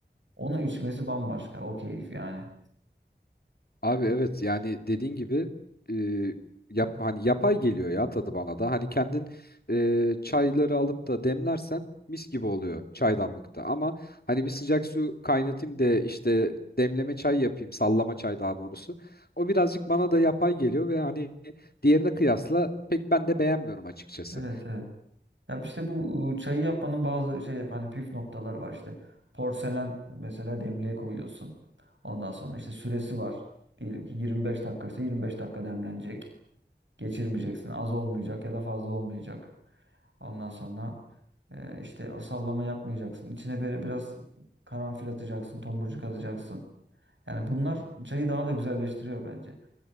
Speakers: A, on the right; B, on the left.
A: Onu içmesi bambaşka. O keyif yani.
B: Abi evet yani dediğin gibi e, yap hani yapay geliyor ya tadı bana da. Hani kendin e, çayları alıp da demlersen mis gibi oluyor çaydanlıkta. Ama hani bir sıcak su kaynatayım da işte demleme çay yapayım, sallama çay daha doğrusu. O birazcık bana da yapay geliyor ve hani diğerine kıyasla pek ben de beğenmiyorum açıkçası.
A: Evet evet. Ya işte bu ıı, çayı yapmanın bazı şey hani püf noktaları var işte. Porselen mesela demliğe koyuyorsun. Ondan sonra işte süresi var. Diyelim ki 25 dakikası 25 dakika demlenecek. geçirmeyeceksin. Az olmayacak ya da fazla olmayacak. Ondan sonra e, işte o sallama yapmayacaksın. İçine böyle biraz karanfil atacaksın, tomurcuk atacaksın. Yani bunlar çayı daha da güzelleştiriyor bence.